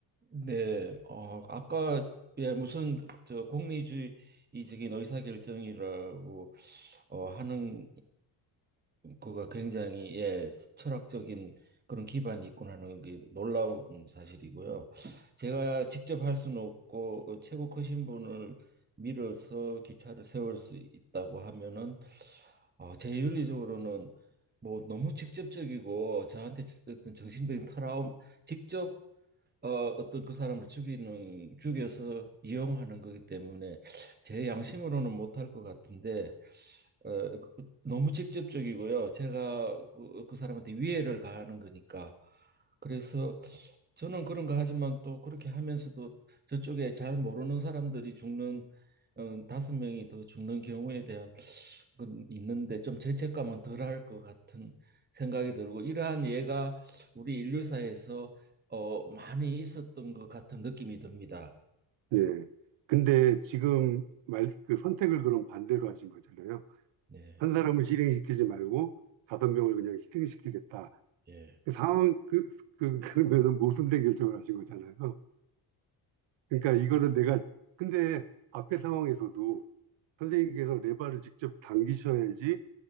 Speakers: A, on the right; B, on the right.
A: 네, 어, 아까 예 무슨 저 공리주의적인 의사결정이라고 어, 하는 그가 굉장히 예 철학적인 그런 기반이 있군 하는 게 놀라운 사실이고요. 제가 직접 할 수는 없고 어, 최고 크신 분을 밀어서 기차를 세울 수 있다고 하면은 어, 제 윤리적으로는 뭐 너무 직접적이고 저한테 어떤 정신적인 트라우마 직접 어, 어떤 그 사람을 죽이는 죽여서 이용하는 거기 때문에 제 양심으로는 못할 것 같은데 어, 그- 너무 직접적이고요. 제가 그, 그 사람한테 위해를 가하는 거니까 그래서 저는 그런 거 하지만 또 그렇게 하면서도 저쪽에 잘 모르는 사람들이 죽는 어, 다섯 명이 더 죽는 경우에 대한 건 있는데 좀 죄책감은 덜할 것 같은 생각이 들고 이러한 예가 우리 인류사에서 어, 많이 있었던 것 같은 느낌이 듭니다.
B: 예. 근데 지금 말, 그 선택을 그럼 반대로 하신 거잖아요.
A: 네,
B: 한 사람을 실행시키지 말고 다섯 명을 그냥 희생시키겠다.
A: 예,
B: 그 상황, 그, 그, 그러면은 모순된 결정을 하신 거잖아요. 그러니까 이거는 내가 근데 앞에 상황에서도 선생님께서 레바를 직접 당기셔야지